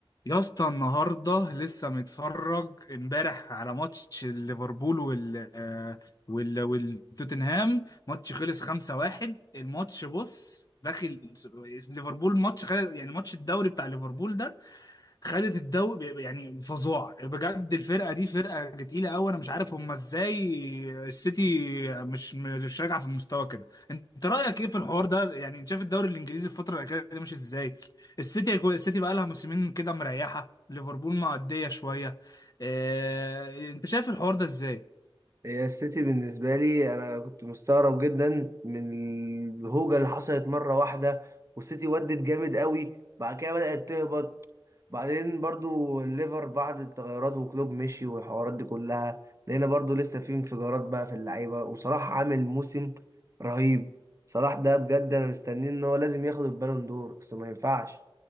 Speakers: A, on the left; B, on the right.
A: يا اسطى النهارده لسه متفرج امبارح على ماتش ليفربول وال آه، وال والتوتنهام ماتش خلص 5-1 الماتش بص داخل ليفربول ماتش خل... يعني ماتش الدوري بتاع ليفربول ده خدت الدوري يعني فظاع بجد الفرقه دي فرقه تقيله قوي انا مش عارف هم ازاي السيتي مش مش راجعه في المستوى كده انت رايك ايه في الحوار ده يعني انت شايف الدوري الانجليزي الفتره الاخيره دي ماشي ازاي السيتي السيتي بقى لها موسمين كده مريحه ليفربول معديه شويه اه... انت شايف الحوار ده ازاي
B: هي السيتي بالنسبة لي أنا كنت مستغرب جدا من الهوجة اللي حصلت مرة واحدة والسيتي ودت جامد قوي بعد كده بدأت تهبط بعدين برضو الليفر بعد التغيرات وكلوب مشي والحوارات دي كلها لقينا برضو لسه في انفجارات بقى في اللعيبة وصلاح عامل موسم رهيب صلاح ده بجد أنا مستنيه إن هو لازم ياخد البالون دور أصل ما ينفعش